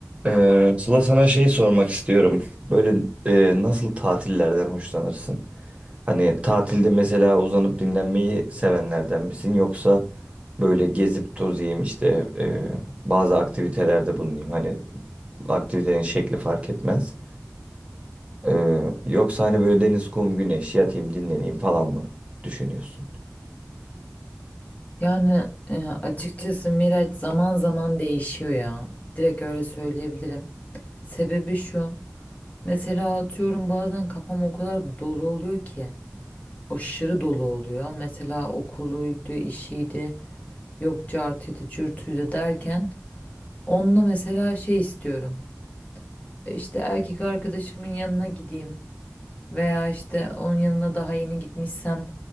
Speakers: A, on the right (about 20°); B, on the left (about 30°).
A: Ee, Sıla sana şey sormak istiyorum. Böyle e, nasıl tatillerden hoşlanırsın? Hani tatilde mesela uzanıp dinlenmeyi sevenlerden misin? Yoksa böyle gezip tozayım işte e, bazı aktivitelerde bulunayım. Hani aktivitenin şekli fark etmez. Ee, yoksa hani böyle deniz, kum, güneş yatayım dinleneyim falan mı düşünüyorsun?
B: Yani e, açıkçası Miraç zaman zaman değişiyor ya. Direkt öyle söyleyebilirim. Sebebi şu. Mesela atıyorum bazen kafam o kadar dolu oluyor ki. Aşırı dolu oluyor. Mesela okuluydu, işiydi, yok cartıydı, cürtüydü derken. Onunla mesela şey istiyorum. E, İşte erkek arkadaşımın yanına gideyim. Veya işte onun yanına daha yeni gitmişsem